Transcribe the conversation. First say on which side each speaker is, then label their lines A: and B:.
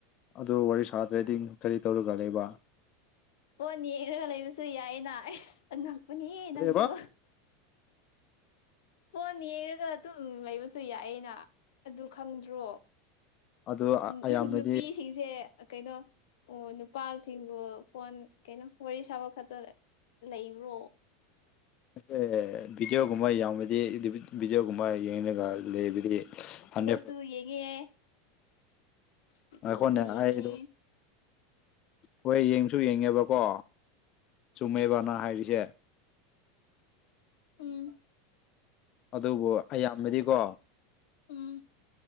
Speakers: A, on the left; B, on the left.
A: ꯑꯗꯨ ꯋꯥꯔꯤ ꯁꯥꯗ꯭ꯔꯗꯤ ꯀꯔꯤ ꯇꯧꯔꯒ ꯂꯩꯕ
B: ꯐꯣꯜ ꯌꯦꯛꯉꯒ ꯂꯩꯕꯁꯨ ꯌꯥꯏꯅ ꯑꯁ ꯉꯛꯄꯅꯤꯌꯦ
A: ꯀꯔꯤꯕ
B: ꯅꯪꯁꯨ ꯐꯣꯟ ꯌꯦꯡꯉꯒ ꯑꯗꯨꯝ ꯂꯩꯕꯁꯨ ꯌꯥꯏꯑꯦꯅ ꯑꯗꯨ ꯈꯪꯗ꯭ꯔꯣ
A: ꯑꯗꯨ ꯑꯌꯥꯝꯕꯗꯤ
B: ꯅꯪ ꯅꯨꯄꯤꯁꯤꯡꯁꯦ ꯀꯩꯅꯣ ꯑꯣ ꯅꯨꯄꯥꯁꯤꯡꯕꯨ ꯐꯣꯟ ꯀꯩꯅꯣ ꯋꯥꯔꯤ ꯁꯥꯕ ꯈꯛꯇꯗ ꯂꯩꯕ꯭ꯔꯣ
A: ꯑꯦ ꯕꯤꯗꯤꯑꯣꯒꯨꯝꯕ ꯌꯥꯎꯕꯗꯤ ꯕꯤꯗꯤꯌꯣꯒꯨꯝꯕ ꯈ ꯌꯦꯡꯉꯒ ꯂꯩꯕꯗꯤ ꯍꯥꯟꯗ꯭ꯔꯦꯠ
B: ꯁꯨ ꯌꯦꯡꯉꯦ ꯚꯤꯗꯤꯑꯣꯁꯨ
A: ꯉꯥꯢꯈꯣꯅꯦ
B: ꯌꯦꯡꯕꯅꯦ
A: ꯑꯩ ꯍꯣꯏ ꯌꯦꯡꯁꯨ ꯌꯦꯡꯉꯦꯕꯀꯣ ꯆꯨꯝꯃꯦꯕꯅ ꯅꯪ ꯍꯥꯏꯔꯤꯁꯦ
B: ꯎꯝ
A: ꯑꯗꯨꯕꯨ ꯑꯌꯥꯝꯕꯗꯤꯀꯣ
B: ꯎꯝ